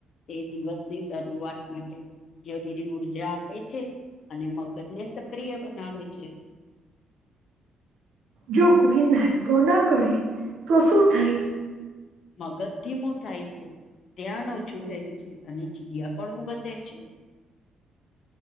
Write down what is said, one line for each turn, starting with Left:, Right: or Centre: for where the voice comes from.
Left: એ દિવસની શરૂઆત માટે જરૂરી ઉર્જા આપે છે, અને મગજને સક્રિય બનાવે છે.
Right: જો કોઈ નાસ્તો ના કરે તો, શું થાય
Left: મગજ ધીમું થાય છે. ધ્યાન ઓછું રહે છે, અને ચીડિયાપણું વધે છે.